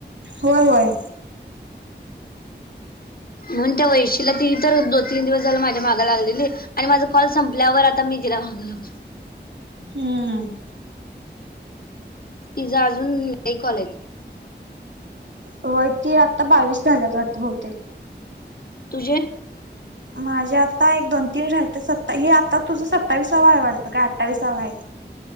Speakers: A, on the right; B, on the left.
A: होय, होय.
B: म्हणून त्या वैशीला ती तर दोन, तीन दिवस झालं माझ्या माग लागलेली. आणि माझा कॉल संपल्यावर आता मी तिला माग लागलोय.
A: हम्म‌.
B: तिचा अजून एक कॉल आहे.
A: व्हय की आत्ता बावीस झाल्यात वाटत बहुतेक.
B: तुझे?
A: माझे आता एक, दोन, तीन राते सत्ता हे आता तुझा सत्तावीसावा आहे वाटतं काय? अठ्ठावीसावा आहे.